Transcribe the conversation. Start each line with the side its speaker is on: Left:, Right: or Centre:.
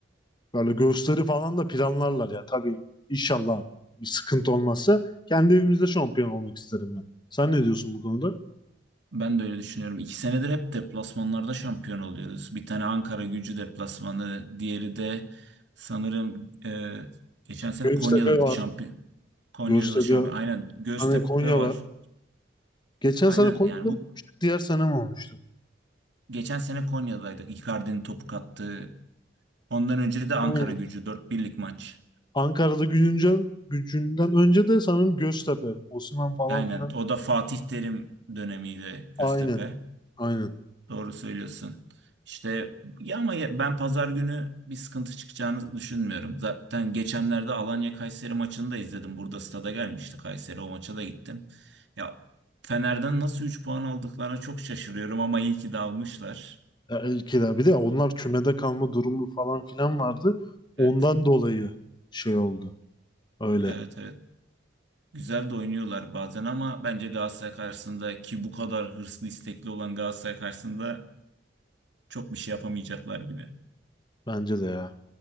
Left: böyle gösteri falan da planlarlar ya. Tabii inşallah bir sıkıntı olmazsa kendi evimizde şampiyon olmak isterim ben. Sen ne diyorsun bu konuda?
Right: Ben de öyle düşünüyorum. İki senedir hep deplasmanlarda şampiyon oluyoruz. Bir tane Ankara Gücü deplasmanı, diğeri de sanırım e, geçen sene
Left: Göztepe
Right: Konya'da
Left: var.
Right: şampiyon. Konya'da
Left: Göztepe,
Right: da şampiyon. Aynen Göztepe
Left: hani Konya
Right: var.
Left: var. Geçen
Right: Aynen
Left: sene Konya'da
Right: yani bu
Left: mı olmuştuk? Diğer sene mi olmuştuk?
Right: geçen sene Konya'daydık. Icardi'nin topu kattığı. Ondan önce de
Left: Aynen.
Right: Ankara Gücü dört birlik maç.
Left: Ankara'da Gülüncen gücünden önce de sanırım Göztepe, Osman falan
Right: Aynen
Left: filan.
Right: o da Fatih Terim dönemiydi Göztepe.
Left: Aynen. Aynen.
Right: Doğru söylüyorsun. İşte ya ama ya- ben pazar günü bir sıkıntı çıkacağını düşünmüyorum. Zaten geçenlerde Alanya Kayseri maçını da izledim. Burada stada gelmişti Kayseri o maça da gittim. Ya Fener'den nasıl 3 puan aldıklarına çok şaşırıyorum ama iyi ki de almışlar.
Left: Ya, e, kira bir de onlar kümede kalma durumu falan filan vardı. Ondan
Right: Evet.
Left: dolayı şey oldu. Öyle.
Right: Evet evet. Güzel de oynuyorlar bazen ama bence Galatasaray karşısında ki bu kadar hırslı istekli olan Galatasaray karşısında çok bir şey yapamayacaklar gibi.
Left: Bence de ya.